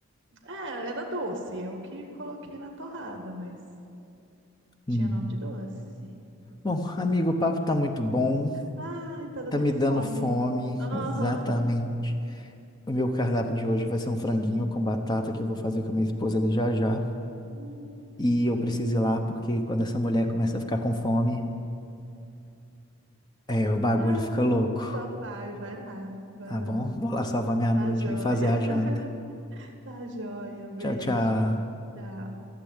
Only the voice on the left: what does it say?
Hum.
Bom, amigo, o papo tá muito bom.
Tá me
dando fome,
exatamente. O meu cardápio de hoje vai ser um
franguinho com batata que eu vou fazer com a minha esposa ali já já.
E eu preciso ir lá porque quando essa mulher começa a ficar com fome, é, o bagulho
fica louco,
tá
bom? Vou lá salvar minha
noite
e fazer a
janta.
Tchau, tchau.